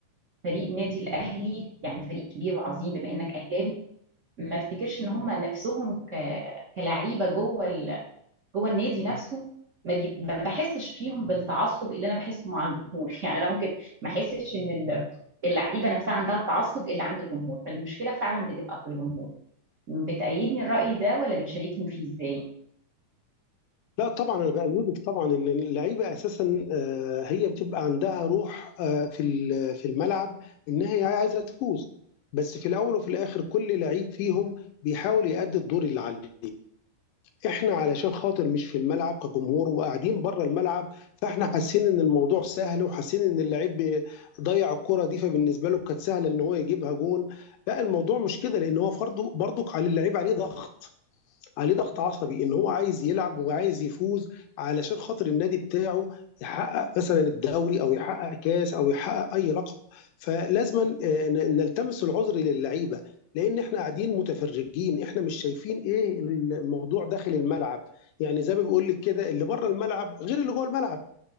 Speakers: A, on the right; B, on the left.
A: فريق نادي الاهلي يعني فريق كبير وعظيم بما انك اهلاوي ما افتكرش ان هم نفسهم ك- كلعيبه جوه جوه النادي نفسه ما بي- ما بحسش فيهم بالتعصب اللي انا بحسه مع الجمهور <laughs> يعني انا ممكن ما احسش ان ال- اللعيبه نفسها عندها التعصب اللي عند الجمهور فالمشكله فعلا بتبقى في الجمهور بتأيدني الرأي ده ولا بتشاركني فيه ازاي
B: لا طبعا انا بايدك طبعا ان اللعيبه اساسا آه، هي بتبقى عندها روح آه، في ال- في الملعب ان هي عايزه تفوز بس في الاول وفي الاخر كل لعيب فيهم بيحاول يأدي الدور اللي عليه احنا علشان خاطر مش في الملعب كجمهور وقاعدين بره الملعب فاحنا حاسين ان الموضوع سهل وحاسين ان اللعيب بي- ضيع الكرة دي فبالنسبه له كانت سهله ان هو يجيبها جون لا الموضوع مش كده لان هو برضه برضك على اللعيب عليه ضغط عليه ضغط عصبي ان هو عايز يلعب وعايز يفوز علشان خاطر النادي بتاعه يحقق مثلا الدوري او يحقق كاس او يحقق اي لقب فلازما آه، ن- نلتمس العذر للعيبه لان احنا قاعدين متفرجين احنا مش شايفين ايه الموضوع داخل الملعب يعني زي ما بيقول لك كده اللي بره الملعب غير اللي جوه الملعب